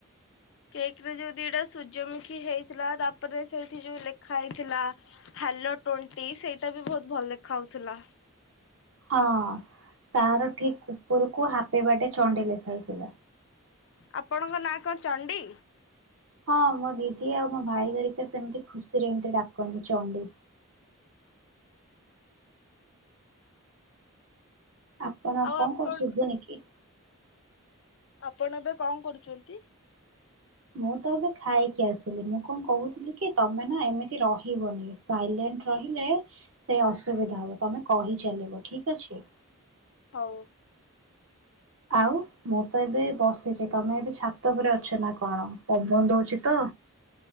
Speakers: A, on the left (about 55°); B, on the right (about 60°).
A: କେକ୍ ରେ ଯୋଉ ଦିଟା ସୂର୍ଯ୍ୟମୁଖୀ ହେଇଥିଲା ତାପରେ ସେଇଠି ଯୋଉ ଲେଖା ହେଇଥିଲା ହାଲୋ ଟୋଣ୍ଟି ସେଇଟା ବି ବହୁତ ଭଲ ଦେଖା ହଉଥିଲା।
B: ହଁ ତାର ଠିକ ଉପରକୁ ହାପେବାଡେ ଚଣ୍ଡି ଲେଖା ହେଇଥିଲା।
A: ଆପଣଙ୍କ ନାଁ କଣ ଚଣ୍ଡି?
B: ହଁ ମୋ ଦିଦି ଆଉ ମୋ ଭାଇ ଘରିକା ସେମିତି ଖୁସିରେ ଏମିତି ଡାକନ୍ତି ଚଣ୍ଡି। ଆପଣ
A: ଆଉ
B: କଣ
A: ଆପଣ
B: କ ଶୁଭୁନି କି
A: ଆପଣ ଏବେ କଣ କରୁଛନ୍ତି?
B: ମୁଁ ତ ଏବେ ଖାଇକି ଆସିଲି। ମୁଁ କଣ କହୁଥିଲି କି ତମେ ନା ଏମିତି ରହିବନି ସାଇଲେଣ୍ଟ ରହିଲେ ସେ ଅସୁବିଧା ହବ ତମେ କହିଚାଲିବ ଠିକ ଅଛି।
A: ହଉ।
B: ଆଉ ମୁଁ ତ ଏବେ ବସିଛି ତମେ ଏବେ ଛାତ ଉପରେ ଅଛ ନା କଣ? ପବନ ଦଉଛି ତ